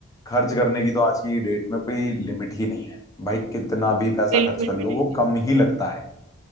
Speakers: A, on the left; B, on the right.
A: खर्च करने की तो आज की डेट में कोई लिमिट ही नहीं है भाई कितना भी पैसा
B: बिल्कुल
A: खर्च कर
B: भी
A: लो वो
B: नहीं
A: कम
B: है
A: ही लगता है